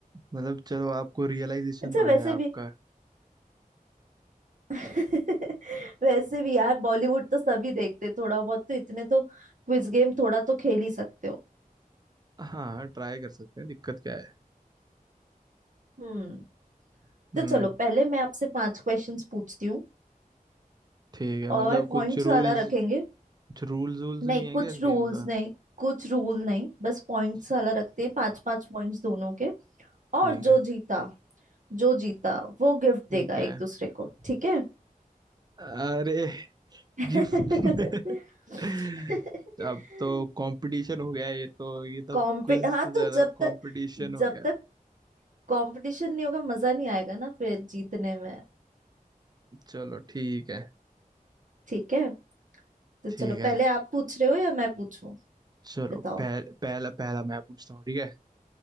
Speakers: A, on the right (about 30°); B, on the right (about 60°).
A: मतलब चलो आपको रियलाइजेशन
B: अच्छा
A: तो है
B: वैसे
A: आपका
B: भी <laughs> वैसे भी यार बॉलीवुड तो सभी देखते हैं, थोड़ा बहुत तो इतने तो क्विज गेम थोड़ा तो खेल ही सकते हो
A: हाँ ट्राई कर सकते हैं दिक्कत क्या है
B: हम्म
A: हम्म
B: तो चलो पहले मैं आपसे पांच क्वेश्चंस पूछती हूँ
A: ठीक है
B: और
A: मतलब
B: पॉइंट्स
A: कुछ
B: वाला
A: रूल्स
B: रखेंगे
A: कुछ रूल्स वूल्स
B: नहीं
A: नहीं है
B: कुछ
A: क्या इस
B: रूल्स
A: गेम का
B: नहीं कुछ रूल नहीं बस पॉइंट्स
A: अच्छा,
B: वाला रखते हैं पांच पांच पॉइंट्स दोनों के
A: ठीक
B: और
A: है
B: जो जीता जो जीता वो गिफ्ट
A: ठीक
B: देगा एक
A: है
B: दूसरे को ठीक है
A: अरे
B: <laughs>
A: गिफ्ट <laughs> अब तो कंपटीशन हो गया ये तो ये तो
B: कॉम्पि
A: कुछ
B: हाँ
A: ज्यादा
B: तो जब
A: कंपटीशन
B: तक
A: हो
B: जब
A: गया
B: तक कंपटीशन नहीं होगा मजा नहीं आएगा ना फिर जीतने में
A: चलो ठीक है
B: ठीक है तो
A: ठीक
B: चलो
A: है
B: पहले आप पूछ रहे हो या मैं पूछूं
A: चलो
B: बताओ
A: पह, पहला पहला मैं पूछता हूँ ठीक है